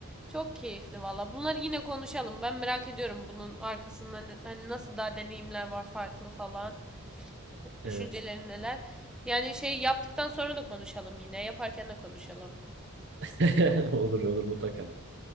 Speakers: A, in the centre; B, on the right.
A: Çok keyifli valla. Bunları yine konuşalım. Ben merak ediyorum bunun arkasında ne- hani nasıl daha deneyimler var farklı falan.
B: Evet.
A: Düşüncelerin neler? Yani şey yaptıktan sonra da konuşalım yine. Yaparken de konuşalım.
B: <laughs> Olur olur mutlaka.